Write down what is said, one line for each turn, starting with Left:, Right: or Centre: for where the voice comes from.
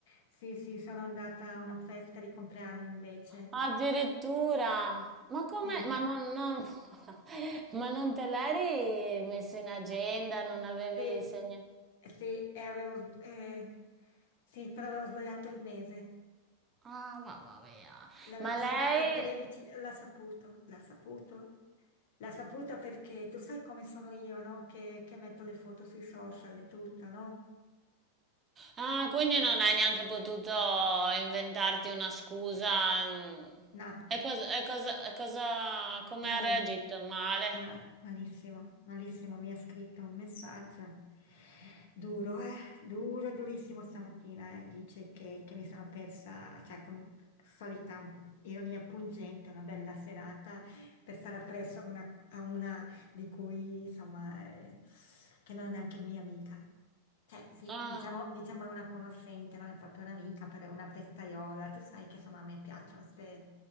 Left: sì, sì, sono andata a una festa di compleanno invece.
Right: Addirittura. Ma come?
Left: Sì,
Right: Ma non, non- <laughs> ma non te l'eri messo in agenda? Non avevi
Left: sì,
Right: segnato?
Left: eh, sì, e avevo, eh, sì, però avevo sbagliato il mese.
Right: Ah, mamma mia.
Left: L'avevo
Right: Ma lei...
Left: segnato al 13, l'ha saputo, l'ha saputo. L'ha saputo perché tu sai come sono io, no? Che, che metto le foto sui social e tutto, no?
Right: Ah, quindi non hai neanche potuto inventarti una scusa. mm.
Left: No,
Right: E cosa, e cosa, e cosa, come
Left: eh,
Right: ha reagito? Male?
Left: male, malissimo, malissimo. Mi ha scritto un messaggio duro, eh, duro, durissimo stamattina. eh. Dice che, che mi sono persa, cioè con solita un po' ironia pungente, una bella serata per stare appresso a una, di cui insomma, eh, che non è neanche mia amica. Cioè, sì,
Right: Ah,
Left: diciamo, diciamo è una conoscente, non è proprio un'amica, però è una festaiola. Tu sai che insomma a me piacciono ste,